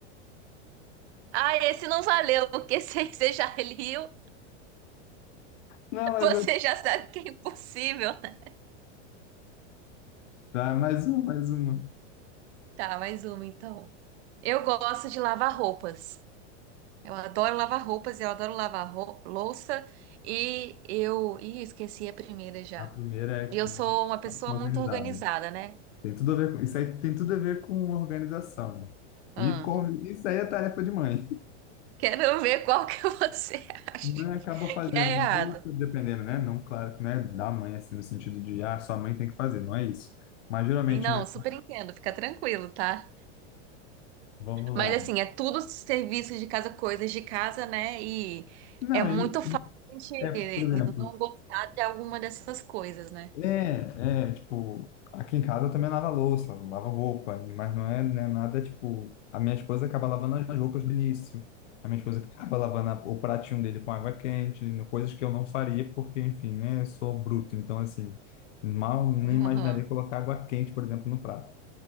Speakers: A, on the right; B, on the left.
A: Ah, esse não valeu, porque <laughs> se você já leu,
B: Não, mas
A: você
B: eu...
A: já sabe que é impossível, né?
B: Vai, mais uma, mais uma.
A: Tá, mais uma então. Eu gosto de lavar roupas. Eu adoro lavar roupas, eu adoro lavar rou- louça e eu. Ih, esqueci a primeira já.
B: A primeira é
A: E eu sou uma pessoa
B: uma pessoa
A: muito
B: organizada.
A: organizada, né?
B: Tem tudo a ver com... Isso aí tem tudo a ver com organização.
A: Hum.
B: E com... isso aí é tarefa de mãe.
A: Quero <laughs> ver qual que <laughs> você acha
B: Mãe
A: que
B: acaba fazendo,
A: que é errado.
B: isso dependendo, né? Não, claro que não é da mãe, assim, no sentido de, ah, sua mãe tem que fazer, não é isso. Mas geralmente,
A: Sim, Não,
B: né?
A: super entendo, fica tranquilo, tá?
B: Vamos
A: Mas
B: lá.
A: assim, é tudo serviço de casa, coisas de casa, né? E
B: Não,
A: é muito
B: é,
A: fácil a gente
B: é, por exemplo,
A: não gostar de alguma dessas coisas, né?
B: é, é, tipo, aqui em casa eu também lavo a louça, lavo roupa, mas não é, né, nada, tipo, a minha esposa acaba lavando as roupas do início, a minha esposa que acaba lavando a- o pratinho dele com água quente, coisas que eu não faria, porque, enfim, né, eu sou bruto, então, assim, mal nem
A: Aham.
B: imaginaria colocar água quente, por exemplo, no prato.